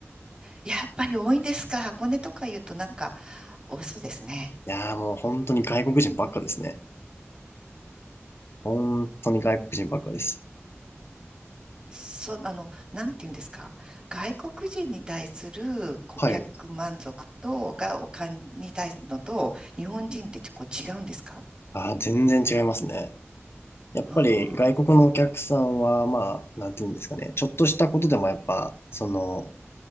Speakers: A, on the right; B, on the left.
A: やっぱり多いんですか。箱根とか言うとなんか多そうですね。
B: いやーもう本当に外国人ばっかですね。本当に外国人ばっかです。
A: そう、あの、なんて言うんですか。外国人に対する顧客満足と、
B: はい。
A: が、お金に対するのと、日本人ってちょっと違うんですか
B: あー、全然違いますね。やっぱり外国のお客さんは、
A: あ
B: まあ、なんていうんですかね。ちょっとしたことでもやっぱ、その、